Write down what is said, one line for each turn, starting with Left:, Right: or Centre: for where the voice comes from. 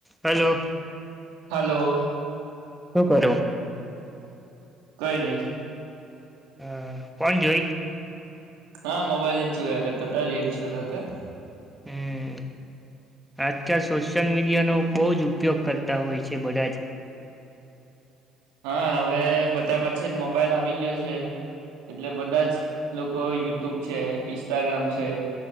Centre: Hello!
Right: Hello!
Centre: શું કરું?
Right: કઈ નહી.
Centre: હ કોણ જોઈ
Right: હા, મોબાઈલ જ હો આત હતા રેટ શ હતા.
Centre: હમ આજકાલ સોશિયલ મીડિયાનો બહુ જ ઉપયોગ કરતા હોય છે. બધા જ
Right: હા, હવે બધા પાછ જ મોબાઈલ આવી ગયો છે એટલે બધા જ લોકો યુટ્યુબ છે ઈન્સ્ટાગ્રામ છે